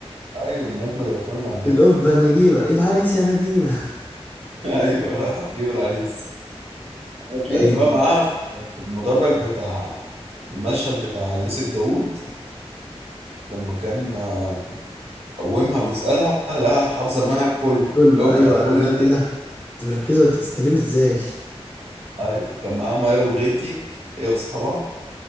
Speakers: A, on the right (about 65°); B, on the left (about 20°).
A: ايوه من اجمد الافلام اللي عملتها
B: الأوبا نجيبة العريس يا نجيبة
A: <laughs> ايوه راح تجيب العريس انا
B: <laughs>
A: طلعت
B: عيني
A: بقى معاها في في المدرج بتاع المشهد بتاع يوسف داوود لما كان آه، قومها ويسالها لها حافظه المنهج كله
B: لولو
A: جاوبت
B: ايوه
A: على كل
B: لا
A: اللي
B: انت
A: قاله
B: ايه ده انت مركزه وانت بتتكلمي ازاي
A: ايوه كان معاها ميار الغيتي هي واصحابها